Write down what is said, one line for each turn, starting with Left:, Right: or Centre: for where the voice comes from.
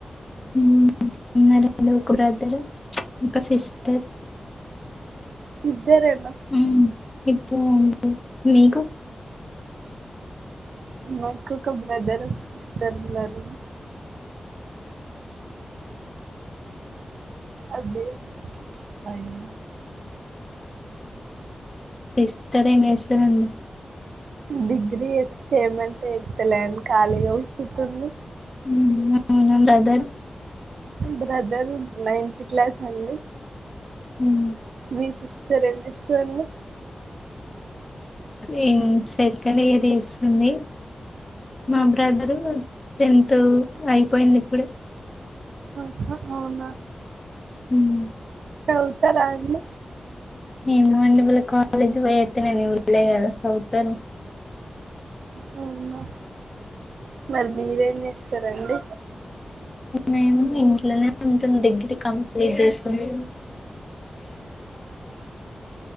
Left: ఉమ్ ఉన్నారండి ఒక బ్రదర్, ఒక సిస్టర్
Right: ఇద్దరేనా
Left: ఉమ్ ఇద్దరండి మీకు
Right: నాకు ఒక బ్రదర్, ఒక సిస్టర్ ఉన్నారండి అదే అయ్యో
Left: సిస్టరేం చేస్తరండి
Right: డిగ్రీ ఎస్ చేయమంటే చెత్తలే ఖాళీగా కుసుంటుంది
Left: హ్మ్ అవున బ్రదర్
Right: బ్రదర్ నైన్త్ క్లాస్ అండి
Left: ఉమ్
Right: మీ సిస్టర్ ఏం జేస్తదండి
Left: ఉమ్ సెకండ్ ఇయర్ జేస్తుంది మా బ్రదరు టెన్త్ అయిపోయింది ఇప్పుడే
Right: ఆహ అవునా
Left: ఉమ్
Right: చవుతరా అండి
Left: ఏమో అండి వల్ల కాలేజీ కి పొయ్యత్తనే నేను చుల్లె కదా ఉత్తగనే
Right: అవునా మరి మీరేం చేస్తారండి
Left: మేము ఇంట్లోనే ఉంటుంది డిగ్రీ కం ఎంచేస్తున్నావ్